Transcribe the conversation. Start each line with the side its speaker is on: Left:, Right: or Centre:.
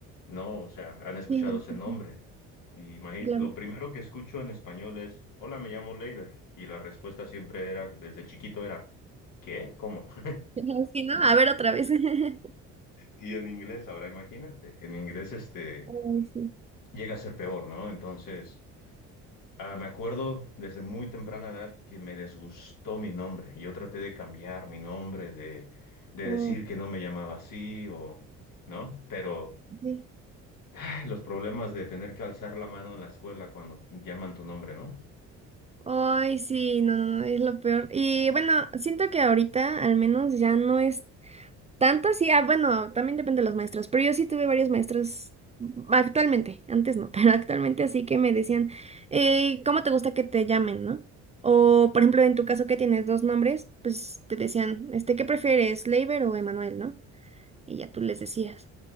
Left: no, o sea, han escuchado
Right: Sí,
Left: ese
Right: sí,
Left: nombre.
Right: sí,
Left: Y imagi-
Right: claro.
Left: lo
Right: <laughs>
Left: primero que escucho en español es, hola, me llamo Leiber. Y la respuesta siempre era, desde chiquito era, ¿qué? ¿Cómo? <laughs>
Right: Ajá, Sí, ¿no? A ver otra vez. <laughs>
Left: Y en inglés, ahora imagínate, en inglés este
Right: Ay, sí.
Left: llega a ser peor, ¿no? Entonces... Ah, me acuerdo desde muy temprana edad que me desgustó mi nombre. Yo traté de cambiar mi nombre, de, de
Right: Oh,
Left: decir que no me llamaba así o, ¿no? Pero
Right: sí.
Left: ay, los problemas de tener que alzar la mano en la escuela cuando llaman tu nombre, ¿no?
Right: Ay, sí, no, no, no, es lo peor. Y bueno, siento que ahorita al menos ya no es tanto así. Ah, bueno, también depende de los maestros, pero yo sí tuve varios maestros mm, actualmente, antes no, <laughs> pero actualmente así que me decían, eh, ¿cómo te gusta que te llamen, no? O, por ejemplo, en tu caso que tienes dos nombres, pues te decían, este, ¿qué prefieres, Leiber o Emanuel, no? y ya tú les decías.